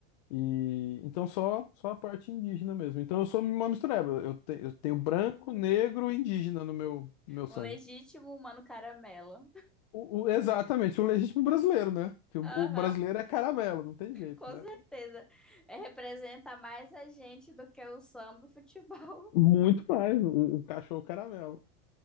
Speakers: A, on the left; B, in the centre.
A: E então só só a parte indígena mesmo. Então eu sou uma mistureba. Eu, te- eu tenho branco, negro e indígena no meu, no meu sangue.
B: Um legítimo mano caramelo.
A: O, o- exatamente, o legítimo brasileiro, né? Que o,
B: Aham,
A: o brasileiro é caramelo, não tem jeito,
B: com
A: né?
B: certeza. É, representa mais a gente do que o samba e o futebol.
A: Muito
B: <laughs>
A: mais, o, o cachorro caramelo.